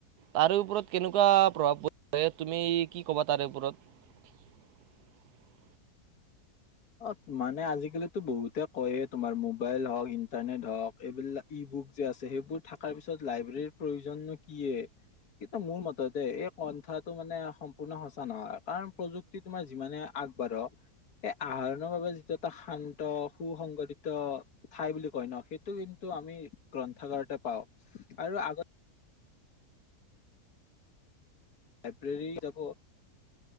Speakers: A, on the right; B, on the left.
A: তাৰে ওপৰত কেনেকুৱা প্ৰভাৱ পৰিছে তুমি কি কবা তাৰে ওপৰত <unintelligible>
B: অ মানে আজিকালিতো বহুতে কয় তোমাৰ মোবাইল হওক ইন্টাৰনেট হওক এইবিলাক ই বু যে সেইবোৰ থ পিছত লাইব্ৰৰ প্ৰয়ো কি? কিন্তু মোৰ মতেতে এই কন্থাটো মানে সম্পূৰ্ণ সঁচা নহয় কাৰণ প্ৰযুক্তি তোমাৰ যিমানে আগ বাঢ়ো। আহৰণৰ বাবে যিটো এটা শান্ত সু সংংগঠিত ঠাই বুলি কয় ন সেইটো কিন্তু আমি। গ্ৰন্থাগাৰতে পাওঁ আৰু আগত লাইব্ৰেৰী যাব